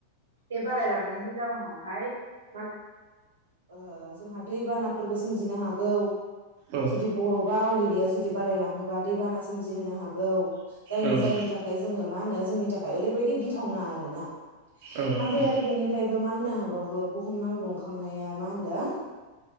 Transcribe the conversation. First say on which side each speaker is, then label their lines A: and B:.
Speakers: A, on the right; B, on the right.
A: बे बारायलांनायनि जााहोनावहाय मा ओ जोंहा दैबानाफोरबो सोमजिनो हागौ।
B: औ
A: जुदि बर' बा आवलिनाया जुदि बारायलाङोबा दैबाना सोमजिहोनो हागौ। जायनि
B: औ नोंथां
A: जायनि थाखाय जोङो मा होनो जोंनि थाखाय ओरैबायदि गिथावना आरोना।
B: औ
A: ओमफ्राय
B: उम
A: आरो बेनिफ्रायबो मा होनो हाबावो बुहुमनां दुंखांनाया मा होनदों